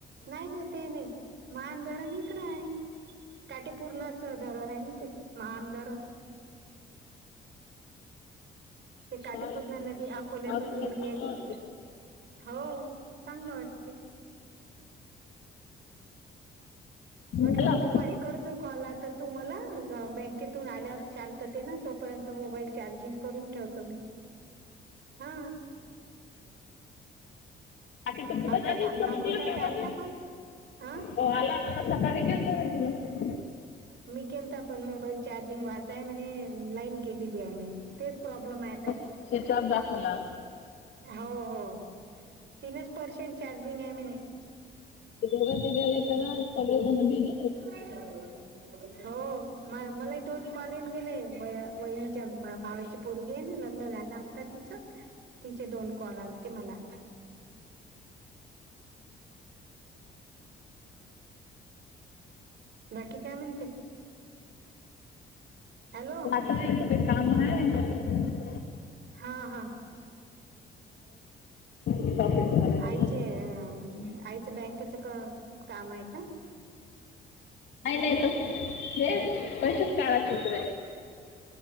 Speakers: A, on the right; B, on the left.
A: नाही नाही ते नाही, मान धरण तं इकड आहे. काठीपूर्णाचं धरण आहे ना ते महान धरण. ते काठीपूर्णा
B: काय लागते
A: नदी अकोल्यातून
B: पावसाळ्यात
A: गेली
B: चांगलं
A: आहे तिकडं.
B: वाटतं तिथे
A: हो चांगलं वाटते. म्हटलं
B: झालं
A: दुपारी करजो. कॉल आता तू मला बँकेतून आल्यावर शांतते ना तोपर्यंत मोबाईल चार्जिंग करून ठेव. म हा
B: बाी तू कुठं
A: आलता
B: जातसत
A: का
B: म्हटलं
A: अमृताचा आलता पण हा
B: का आला हा सकाळी गेलत ना तिला.
A: मी केल तर पण मोबाईल चार्जिंग वाचाय म्हणे लाईन. गेलेली आहे म्ह तेच प्रॉब्लेम आहे.
B: स्विच ऑफ दाखवला.
A: हो हो तीनच पर्सेंट चार्जिंग आहे म्ह
B: तुगती गला का सगळ बीज
A: हम हो म मला दोन कॉल येऊन गेले वहिनीच्या भावाची पोरगी आहे ना लग्न झालं आता तिचं. तिचे कॉल आलते मला. बाकी काय म्हणते. हॅलो.
B: ते काही काम आहे
A: हा हा,
B: शॉपिंग करायची
A: आईचे आईचं बँकेच का काम आहे का.
B: नाही नाही तस नाही हे कसेच काळाचील तु